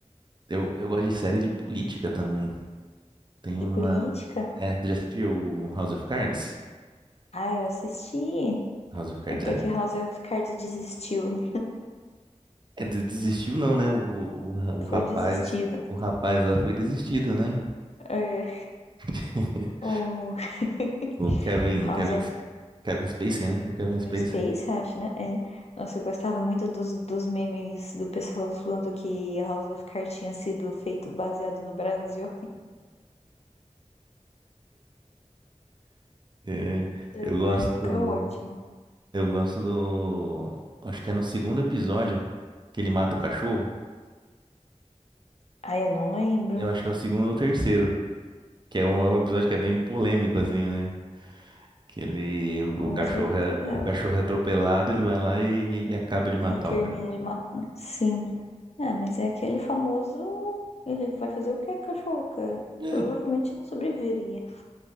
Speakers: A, on the right (about 40°); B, on the left (about 60°).
A: Eu, eu gosto de série de política também. Tem
B: De
A: uma.
B: política?
A: É, você já assistiu o House of Cards?
B: Ah, eu assisti.
A: House of Cards
B: Até
A: é.
B: que House of Cards desistiu, né?
A: é, de- desistiu, não, né? O, o, o rapaz.
B: Foi desistido.
A: O rapaz lá foi desistido, né?
B: É,
A: <laughs>
B: o <laughs>
A: O Kevin.
B: House
A: Kevin,
B: of
A: Kevin Spacey, né? O Kevin
B: Kevin
A: Spacey.
B: Space, acho, né? É. Nossa, eu gostava muito dos, dos memes do pessoal zoando que House of Cards tinha sido feito baseado no Brasil.
A: É,
B: Era
A: eu
B: uma
A: gosto.
B: época ótima.
A: Eu gosto do. Acho que é no segundo episódio que ele mata o cachorro.
B: Ai, eu não lembro.
A: Eu acho que é o segundo ou terceiro. Que é um, é um episódio que é bem polêmico, assim, né? Que ele. O,
B: Com
A: o cachorro
B: certeza.
A: é,
B: É,
A: o cachorro é atropelado, ele vai lá e, e acaba de matar
B: E termina
A: o cachorro.
B: de matar. Sim. É, mas é aquele famoso. Ele vai fazer o que, cachorro, cara?
A: É.
B: Provavelmente não sobreviveria.